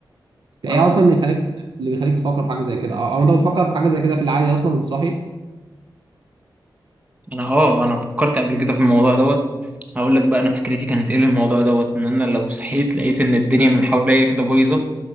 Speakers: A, on the right; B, on the right.
A: ايه
B: انا
A: اصلا اللي يخليك اللي بيخليك تفكر في حاجه زي كده او أو انت بتفكر في حاجه زي كده في العادي اصلا وانت صاحي
B: انا اه انا فكرت قبل كده في الموضوع دوت هقول لك بقى انا فكرتي كانت ايه للموضوع دوت ان انا لو صحيت لقيت ان الدنيا من حواليا كده بايظه